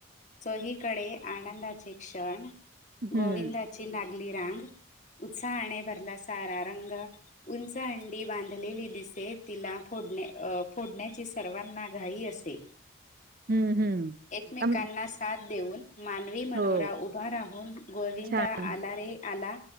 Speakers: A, on the left; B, on the right.
A: चोहीकडे आनंदाचे क्षण.
B: हम्म
A: गोविंदाची लागली रांग उत्साहाने भरला सारा रंग. उंच हंडी बांधलेली दिसे तिला फोडणे फोडण्याची सर्वांना घाई असे.
B: हम्म हम्म,
A: एकमेकांना
B: आम
A: साथ देऊन. मानवी मनोरा
B: हो
A: उभा राहून गोविंदा
B: छान
A: आला रे आला.